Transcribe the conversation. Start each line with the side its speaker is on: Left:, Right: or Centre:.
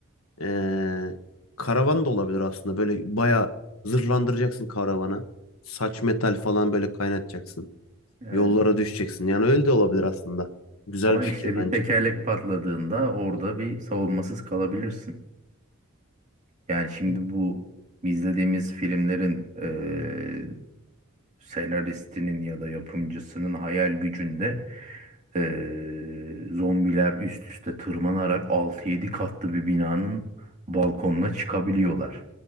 Left: Ee, karavan da olabilir aslında. Böyle bayağı zırhlandıracaksın karavana. Saç metal falan böyle kaynatacaksın.
Right: Evet.
Left: Yollara düşeceksin. Yani öyle de olabilir aslında. Güzel
Right: Ama
Left: bir fikir
Right: işte
Left: bence.
Right: bir tekerlek patladığında orada bir savunmasız kalabilirsin. Yani şimdi
Left: Hı.
Right: bu izlediğimiz filmlerin eee senaristinin ya da yapımcısının hayal gücünde Ee, zombiler üst üste tırmanarak altı yedi katlı bir binanın balkonuna çıkabiliyorlar.